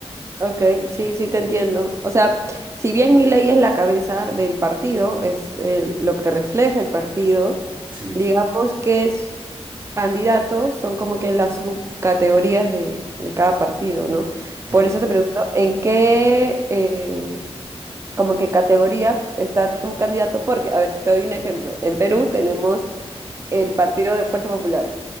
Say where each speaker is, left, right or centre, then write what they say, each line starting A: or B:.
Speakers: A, on the right; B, on the right.
A: Ok, sí, sí te entiendo. O sea, si bien ley es la cabeza del partido, es el- lo que refleja el partido,
B: Sí.
A: digamos que es candidatos son como que las subcategorías de, de cada partido, ¿no?
B: sí.
A: Por eso te pregunto, ¿en qué em, como que categoría está tu candidato? Porque, a ver, te doy un ejemplo. En Perú
B: Sí,
A: tenemos el Partido de Fuerza Popular,